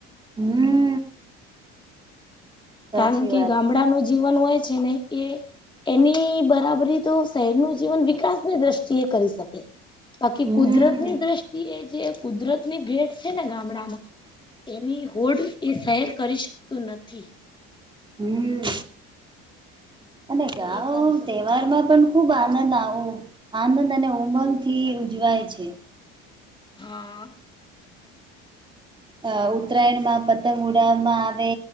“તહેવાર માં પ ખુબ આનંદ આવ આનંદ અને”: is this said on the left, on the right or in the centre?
Right